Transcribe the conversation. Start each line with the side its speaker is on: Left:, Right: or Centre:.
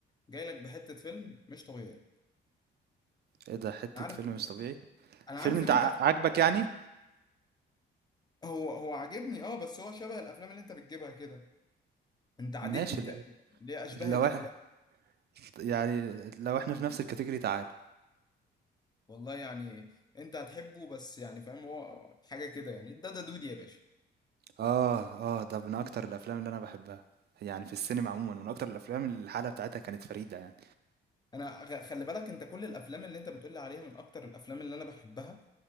Left: جاي لك بحته فيلم مش طبيعي
Right: ايه ده حتة
Left: عارف
Right: فيلم مش طبيعي
Left: انا
Right: فيلم
Left: عارف
Right: انت
Left: ان انت
Right: ع-
Left: هتحب
Right: عاجبك
Left: كده
Right: يعني
Left: هو هو عاجبني اه بس هو شبه الافلام اللي انت بتجيبها كده انت عادتني
Right: ماشي ل-
Left: تقريبا ليه اشباه
Right: لو
Left: الافلام
Right: احنا يعني لو احنا في نفس الكاتيجوري تعال
Left: والله يعني انت هتحبه بس يعني فاهم هو حاجه كده يعني ده ده دودي يا باشا
Right: اه اه ده من اكتر الافلام اللي انا بحبها يعني في السينما عموما من اكتر الافلام اللي الحالة بتاعتها كانت فريدة يعني
Left: انا غ- خلي بالك انت كل الافلام اللي انت بتقولي عليها من اكتر الافلام اللي انا بحبها